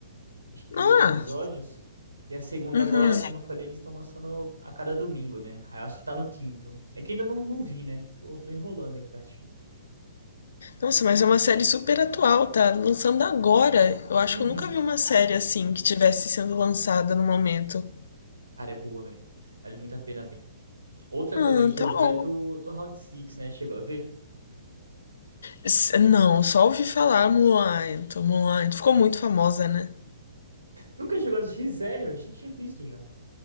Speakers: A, on the right; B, on the left.
A: acho que
B: Ah,
A: oito episódios. E a segunda
B: uhum.
A: agora, como eu falei, eles estão lançando a cada domingo, né? Aí eu acho que tá no quinto. É que ainda não, não vi, né? Tô, tô enrolando aí pra assistir.
B: Nossa, mas é uma série super atual, tá lançando agora. Eu acho
A: Uhum.
B: que eu nunca vi uma série assim que tivesse sendo lançada no momento.
A: Cara, é boa, velho. Vale muito a pena ver. Outra
B: Ah,
A: também que
B: tá
A: eu vi
B: bom.
A: é do, do Round Six né? Chegou a ver?
B: S- Não, só ouvi falar Mulan, Mulan. Ficou muito famosa, né?
A: Nunca chegou a assistir, sério? Achei que tinha visto já.